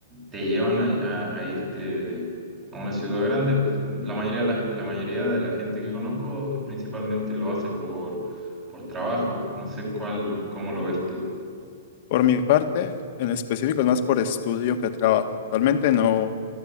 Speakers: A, on the right; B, on the left.
A: te llevan a, a- a irte a una ciudad grande. Pues, la mayoría, la, la mayoría de la gente que conozco principalmente lo hace por, por trabajo. No sé cuál, cómo lo ves tú.
B: Por mi parte, en específico es más por estudio que trabajo. Actualmente no,